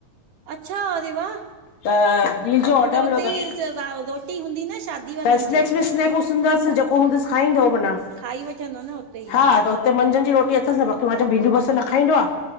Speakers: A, on the right; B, on the left.
A: अच्छा अरे वाह,
B: त रील जो ऑडर
A: त हुते
B: मिलियो अथसि
A: ई रोटी हूंदी न शादी वारनि
B: त स्नैक्स-
A: जी
B: विस्नैक्स हूदासि जेको हूंदसि खाईंदो भला <unintelligible>
A: खाई वठंदो न उते ई
B: हा त हुते मंझंदि जी रोटी अ भंन ठी भींडियूं- बसर न खाईंदो आह,